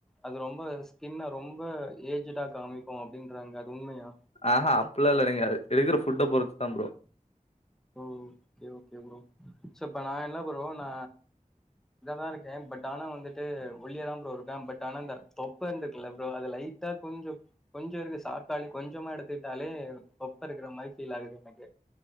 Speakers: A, in the centre; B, on the left (about 45°).
A: அது ரொம்ப ஸ்கின்ன ரொம்ப ஏஜ்டா காமிக்கு அப்டின்றாங்க அது உண்மையா
B: ஆஹஹ அப்புல்லா லெடிங்காது எடுக்கற ஃபுட்ட பொறுத்தா ப்ரோ
A: ஓ ஓகே ஓகே ப்ரோ சோ இப்ப நா என்ன ப்ரோ நா இதாதா இருக்கே பட் ஆனா வந்துட்டு ஒல்லியதா ப்ரோ இருக்கே பட் ஆனா இந்த தொப்பை இருந்துக்குல்ல ப்ரோ அது லைட்டா கொஞ்சோ கொஞ்சோ இருக்கு சாக்காளி கொஞ்சமா எடுத்துக்ட்டாலே தொப்பை இருக்கிற மாரி ஃபீல் ஆகுது எனக்கு